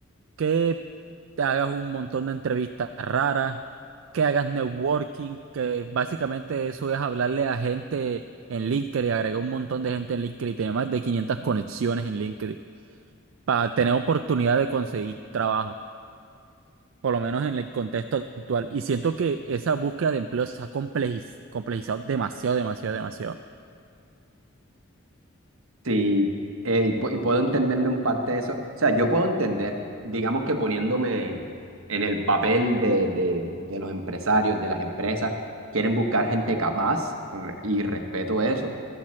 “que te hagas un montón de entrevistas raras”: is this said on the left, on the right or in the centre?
Right